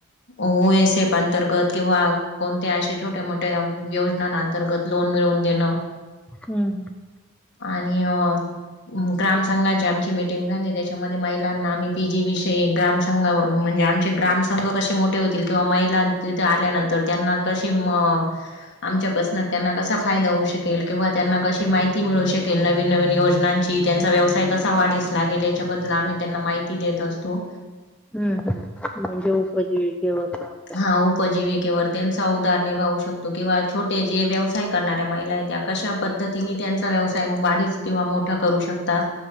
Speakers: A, on the left; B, in the centre.
A: ओएसएफ अंतर्गत. किंवा कोणत्या अशा छोट्या मोठ्या योजनां अंतर्गत लोन मिळवून देणं.
B: हम्म हम्म...
A: आणि आणि. ग्राम संंघाची आमची मिटिंग झाली त्याच्यामध्ये महिलांना आम्ही पी जी विषयी ग्राम. संघ म्हणजे आमचे ग्रामसंघ कसे मोठे होतील किंवा महिलाचे ते आल्यानंतर त्यांना कशी म आमच्यापासन त्यांना कसा फायदा होऊ शकेल किंवा त्यांना कशी माहिती मिळू शकेल नवीन नवीन योजनांची. की त्यांचा व्यवसाय कसा वाढीस लागेल, याच्याबद्दल आम्ही त्यांना माहिती देत असतो.
B: हम्म हम्म म्हणजे उपजीविकेवर चा आ
A: हा उ उपजीविकेवर त्यांचा उदार निर्भावू शकतो किंवा छोटे जे व्यवसाय करणाऱ्या महिला आहे त्या कशा पद्ध तिनी त्यांचा व्यवसाय वाढीच किंवा मोठा करू शकतात.